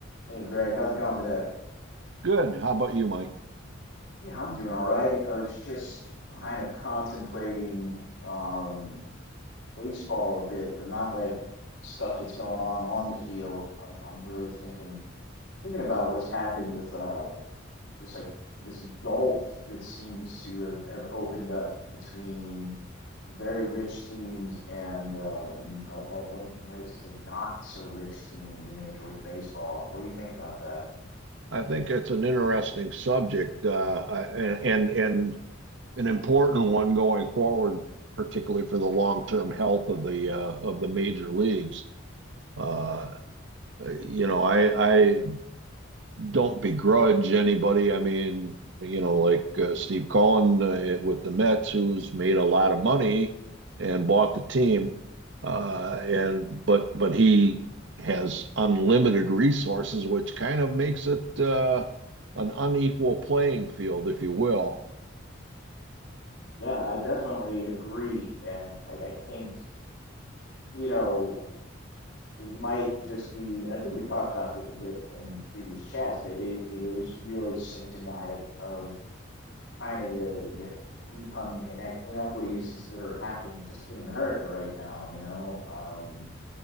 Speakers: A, on the left; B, on the right.
A: Hey Greg, how's it going today?
B: Good. How about you, Mike?
A: Yeah, I'm doing all right. I was just kind of contemplating um baseball a bit, but not like stuff that's going on on the field. I'm I'm really thinking thinking about what's happened with um this like this gulf that seems to have have opened up between very rich teams and uh n- I'll, I'll, I'll be nice and say not so rich teams in Major League Baseball. What do you think about that?
B: I think it's an interesting subject, uh, I- and, and and an important one going forward, particularly for the long-term health of the uh, of the major leagues. Uh, you know, I I don't begrudge anybody. I mean, you know, like uh, Steve Cohen uh, with the Mets, who's made a lot of money and bought the team, uh, and but but he has unlimited resources, which kind of makes it uh, an unequal playing field, if you will.
A: Yeah, I definitely agree. And like, I think, you know, it might just be, and I think we've talked about this a bit in previous chats, but it, it is really symptomatic of kind of the, the income inequ inequities that's- that are happening just in America right now, you know? Um,